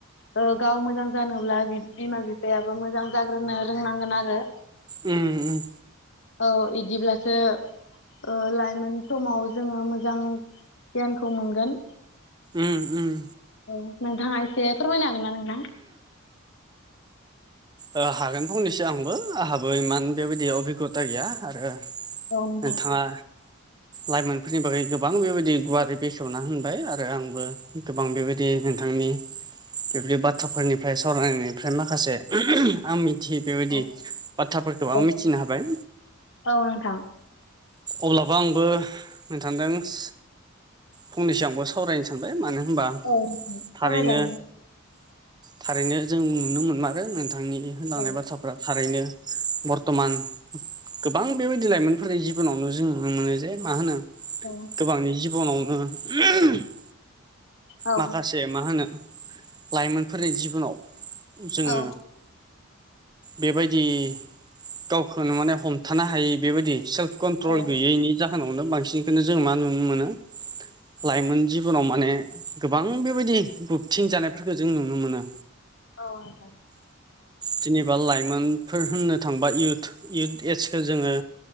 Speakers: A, on the left; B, on the right.
A: ओ गाव मोजां जानोब्ला बिब बिमा बिफायाबो मोजां जाग्रोनो रोंनांगोन आरो
B: उम उम।
A: औ इदिब्लासो ओ लाइमोन समाव जोङो मोजां गियानखौ मोनगोन।
B: ओम ओम।
A: औ नोंथाङा एसे फोरमायनो हागोन ना नोंथां।
B: ओ हागोन फंनैसो आंबो आंहाबो इमान बेबायदि अबिगथा गैया आरो। <inaudible>
A: औ नोंथां
B: नोंथाङा।
A: <inaudible>
B: लाइमोनफोरनि बागै गोबां बेबायदि गुवारै बेखेवना होनबाय आरो आंबो गोबां बेबाय दि नोंथांनि बेबायदि बाथ्राफोरनिफ्राय सावरायनायनिफ्राय माखासे ओम ओम। आं मिथियै बेबायदि
A: औ
B: बाथ्राफोरखौ
A: औ
B: आं मिथिनो हाबाय।
A: औ नोंथां।
B: अब्लाबो आंबो नोंथांदोंस फंनैसो आंबो सावरायनो सानबाय मानो होमबा
A: औ नोंथां
B: थारैनो
A: सावरायजागोन
B: थारैनो जों नुनो मोनमारो नोंथांनि होनलांनाय
A: औ
B: बाथ्राफ्रा थारैनो बरत'मान गोबां बेबायदि लाइमोनफोरनि जि उनावनो जों नुनो मोनो जे मा होनो
A: अ।
B: गोबांनि जिबनावनो <unintelligible>
A: औ
B: माखासे मा होनो लाइमोनफोरनि जिबनाव जोंङो।
A: औ
B: बेबायदि गावखौनो माने हमथानो हायि बेबायदि सेल्फ। कन्ट्रल
A: औ
B: गैयैनि जाहोनावनो बांसिनखौनो जों मा नुनो मोनो। लाइमोन जिबनाव माने गोबां बेबायदि बबथिं जानायफोरखौ जों नुनो मोनो
A: औ नोंथां
B: जेनेबा लाइमोनफोर होननो थांबा इउथ एजखौ जोङो